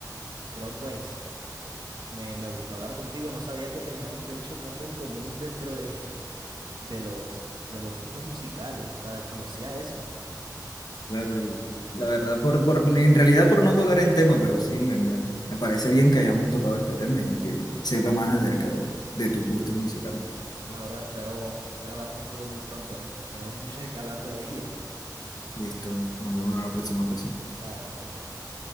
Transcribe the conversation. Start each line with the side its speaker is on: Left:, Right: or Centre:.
Right: Bro, pues... Me, me gustó hablar contigo, no sabía que teníamos de hecho tanto en común dentro de, de los, de los gustos musicales, o sea, desconocía eso.
Left: Claro, y la verdad, por, por, en realidad por no tocar en tema, pero sí, me, me, me parece bien que hayamos tocado este tema y que sepa más acerca de, de tus gustos musicales.
Right: Bueno, bro, espero, espero hablar contigo muy pronto, ¿eh? Tenemos mucho de qué hablar todavía.
Left: Listo, nos vemos en la próxima ocasión.
Right: Dale, bro, nos vemos.